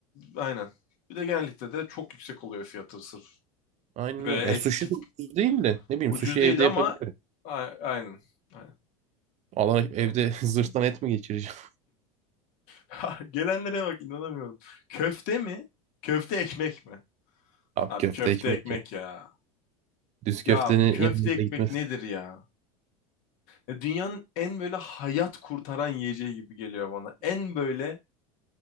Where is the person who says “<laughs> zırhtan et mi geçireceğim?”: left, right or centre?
Right